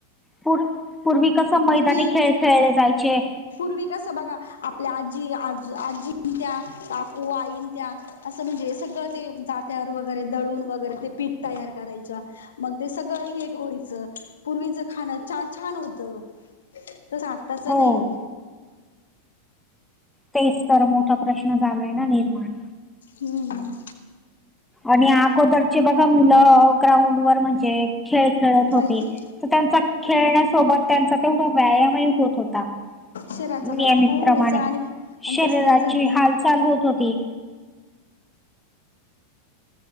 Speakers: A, in the centre; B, on the left.
A: पू पूर्वी कसं मैदानी
B: पूर्वी
A: खेळ खेळले जायचे
B: पूर्वी कसं बघा आपल्या आजी आज आजीत्या काकू आईत्या असं म्हणजे सगळं ते जात ्यावर वगैरे दळून वगैरे ते पीठ तयार करायच्या मग ते सगळं एक व्हायचं पूर्वीचं खाणं छान होत त स आठतााच
A: हो.
B: नाही
A: तेच तर मोठा प्रश्न झालाय ना निर्माण
B: हम्म
A: आणि अगोदरचे बघा मुलं ग्राउंड वर म्हणजे खेळ खेळत होते
B: माहिती
A: तर त्यांचा खेळण्यासोबत त्यांचा तेवढा व्यायामही होत होता
B: शरीराचा
A: नियमित
B: व्यायाम व्हायचा
A: प्रमाणे
B: आणि आणि
A: शरीराची
B: तसं त्यांचं नि
A: हालचाल होत होती